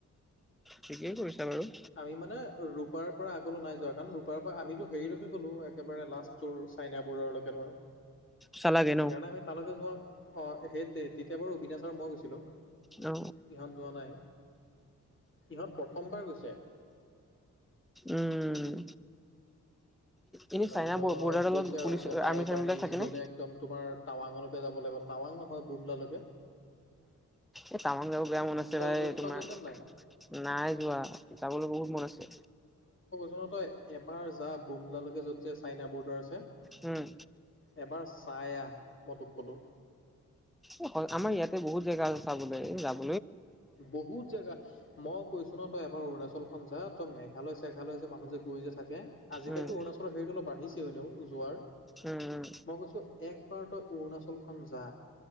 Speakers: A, in the centre; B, on the left (about 40°).
A: ঠিকেই কৰিছা বাৰু।
B: আমি মানে ৰূপাৰ পৰা আগলৈ নাই যোৱা কাৰণ ৰূপাৰ পৰা আমিতো হেৰিলৈকে গ'লো একেবাৰে লাষ্টৰ চাইনা বৰ্ডাৰলৈকে ধৰ।
A: চালাগে
B: সেইকাৰণে
A: ন?
B: আমি তালৈকে যোৱা আহ সেই তেতিয়া বাৰু অবিনাশ আৰু মই গৈছিলো।
A: অ।
B: ইহঁত যোৱা নাই ইহঁত প্ৰথমবাৰ গৈছে।
A: উম। এনে
B: তাৰপিছত
A: চাইনা বৰ্ডাৰডালত
B: কৈছে আৰু
A: পুলিচ
B: যে নাই
A: আৰ্মি
B: এইবাৰ
A: চাৰ্মিবিলাক
B: নেক্স
A: থাকেনে?
B: গলে একদম তোমাৰ। টাৱাঙলৈকে যাব লাগিব টাৱাং নহয় বুমলালৈকে।
A: এ তাৱাং যাব বেয়া মন আছে
B: তই
A: ভাই
B: গৈ
A: তোমাক।
B: তই গৈছ নাই?
A: নাই যোৱা যাবলৈ বহুত মন আছে।
B: জনতই এবাৰ যা বুমলালৈকে য'ত যে চাইনা বৰ্ডাৰ আছে।
A: উ'ম।
B: এবাৰ চাই আহ মই তোক কলো।
A: অ হয় আমাৰ ইয়াতে বহুত জেগা আছে চাবলৈ যাব।
B: বহুত জেগা মই কৈছো ন তই এবাৰ অৰুণাচলখন যা তই মেঘালয় চেঘালয় যে মানুহ যে গৈ যে থাকে। আজিকালিতো
A: উম,
B: অৰুণাচৰ হেৰিটো বাঢ়িছে এনেও যোৱাৰ।
A: উম উম।
B: মই কৈছো একবাৰ তই অৰুণাচলখন যা।